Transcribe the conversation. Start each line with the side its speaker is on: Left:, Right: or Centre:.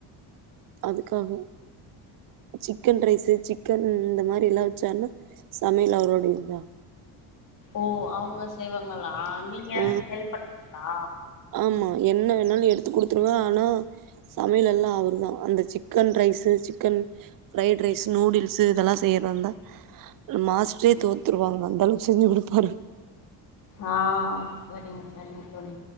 Right: அதுக்காக சிக்கன் ரைஸு சிக்கன் இந்த மாரில்லா வச்சான்னா சமைல் அவரோட இதா
Left: ஓ அவுங்க செய்வாங்களா நீங்க
Right: ஆ
Left: ஹெல்ப் பண்வீங்ளா
Right: ஆமா என்ன வேணாலு எடுத்து குடுத்துருவே ஆனா சமையலெல்லா அவரு தான் அந்த chicken rice chicken fried rice noodles இதெல்லா செய்றாந்தா மாஸ்ட்றே தோத்துருவாங்க அந்த அளவுக் செஞ்சி குடுப்பாரு
Left: ஆஹ் செரிங்க செரிங்க தோழி